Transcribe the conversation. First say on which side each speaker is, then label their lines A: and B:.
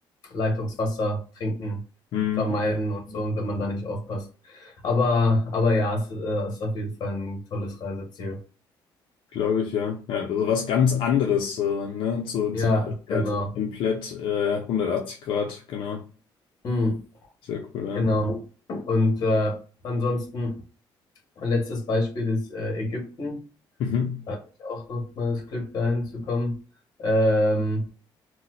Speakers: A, on the left (about 45°); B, on the left (about 70°).
A: Leitungswasser trinken,
B: Mhm.
A: vermeiden und so, und wenn man da nicht aufpasst. Aber, aber ja, es äh, ist auf jeden Fall ein tolles Reiseziel.
B: Glaube ich, ja. Ja, also was ganz anderes, so, ne? Zu,
A: Ja,
B: zu
A: genau.
B: halt komplett äh, 180 Grad, genau.
A: Hm,
B: Sehr cool, ja.
A: genau. Und äh, ansonsten, mein letztes Beispiel ist äh, Ägypten.
B: Mhm.
A: hatte ich auch noch mal das Glück, dahin zu kommen. Ähm,